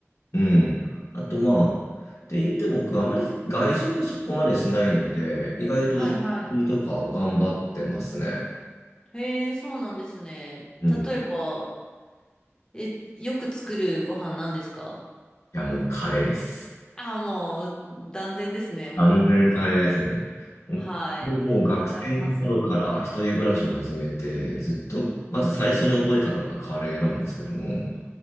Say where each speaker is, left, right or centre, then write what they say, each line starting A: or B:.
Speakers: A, on the left (about 75°); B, on the left (about 20°).
A: うん。あとまあ、って言っても僕あまり外食そこまでしないので、意外といいとか頑張ってますね。
B: はいはい。へえ、そうなんですね。
A: うん。
B: 例えば、
A: い
B: え、よく作るご飯なんですか
A: やもうカレーです。
B: ああ、もう、断然ですね、もう。
A: 完全カレーですね。
B: はい。
A: もうもう学生の頃から一人暮らしを始めて、
B: わかります。
A: ずっと、まず最初に覚えたのがカレーなんですけども、